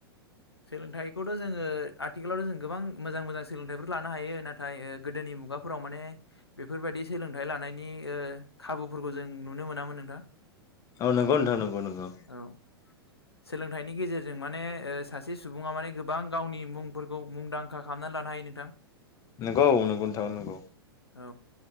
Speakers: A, on the left; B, on the left.
A: सोलोंथाइखौथ' जोङो आथिखालावथ' जों गोबां मोजां मोजां सोलोंथाइफोर लानो हायो नाथाय गोदोनि मु गाफोराव माने बेफोरबायदि सोलोंथाइ लानायनि ओ खाबुफोरखौ जों नुनो मोनामोन नोंथां।
B: औ नंगौ नोंथां नंगौ नंगौ।
A: औ सोलोंथाइनि गेजेरजों माने ओ सासे सुबुङा माने गोबां गावनि मुंफोरखौ मुंदांखा खालामनानै ला नो हायो नोंथां।
B: नंगौ औ नंगौ नोंथां नंगौ
A: औ